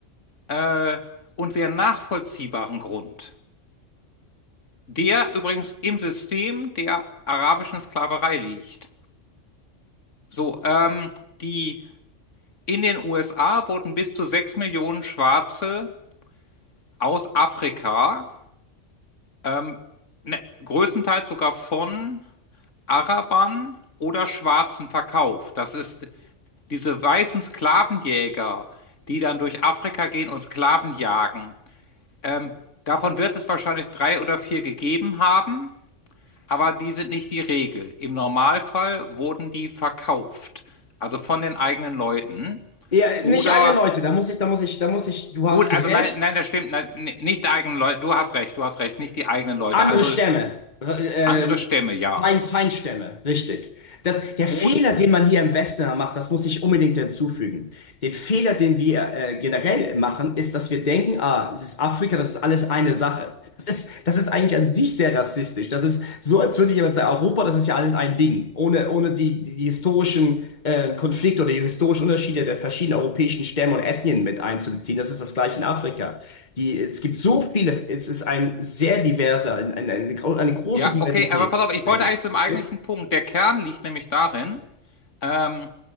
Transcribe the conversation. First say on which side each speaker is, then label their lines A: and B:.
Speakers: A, on the left; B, on the left.
A: äh, und sehr nachvollziehbaren Grund, der übrigens im System der arabischen Sklaverei liegt. So, ähm, die In den USA wurden bis zu sechs Millionen Schwarze aus Afrika, ähm, ne, größtenteils sogar von Arabern oder Schwarzen verkauft. Das ist diese weißen Sklavenjäger, die dann durch Afrika gehen und Sklaven jagen. Ähm, davon wird es wahrscheinlich drei oder vier gegeben haben, aber die sind nicht die Regel. Im Normalfall wurden die verkauft, also von den eigenen Leuten
B: Ja,
A: oder
B: nicht alle Leute, da muss ich, da muss ich, da muss ich, du
A: Gut,
B: hast
A: also
B: recht.
A: nein, nein, das stimmt. Nein, nicht die eigenen Leute, du hast recht, du hast recht, nicht die eigenen Leute.
B: Andere
A: Also
B: Stämme, äh,
A: andere Stämme, ja.
B: Feind, Feindstämme, richtig. Das, der Fehler,
A: Oder,
B: den man hier im Westen macht, das muss ich unbedingt hinzufügen. Den Fehler, den wir äh, generell machen, ist, dass wir denken, ah, es ist Afrika, das ist alles eine Sache. Das ist, das ist eigentlich an sich sehr rassistisch. Das ist so, als würde jemand sagen, Europa, das ist ja alles ein Ding, ohne, ohne die, die historischen äh, Konflikte oder die historischen Unterschiede der verschiedenen europäischen Stämme und Ethnien mit einzubeziehen. Das ist das gleiche in Afrika. Die, es gibt so viele, es ist ein sehr diverser, ein, ein, eine, gro- eine große
A: ja,
B: Diversität,
A: okay, aber pass auf,
B: die
A: ich wollte eigentlich zum
B: es richtig?
A: eigentlichen Punkt. Der Kern liegt nämlich darin, ähm,